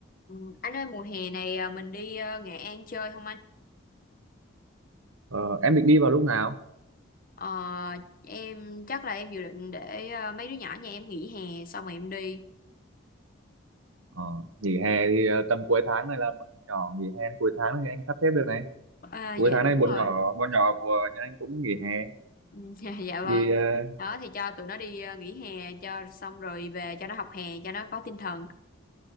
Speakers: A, on the left; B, on the right.
A: Ừ, Anh ơi mùa hè này à, mình đi à, Nghệ An chơi không anh?
B: Ờ, em định đi vào lúc nào?
A: Ờ, em chắc là em dự định để à, mấy đứa nhỏ nhà em nghỉ hè xong rồi em đi.
B: Ờ, nghỉ hè thì ờ, tầm cuối tháng này là bọn nhỏ nghỉ hè cuối tháng này anh sắp xếp được này.
A: À, dạ
B: Cuối tháng
A: đúng
B: này bọn
A: rồi.
B: nhỏ bọn nhỏ của nhà anh cũng nghỉ hè
A: Ừ, <laughs> Dạ, dạ vâng.
B: thì ờ,
A: Đó thì cho tụi nó đi à, nghỉ hè cho xong rồi về cho nó học hè cho nó có tinh thần.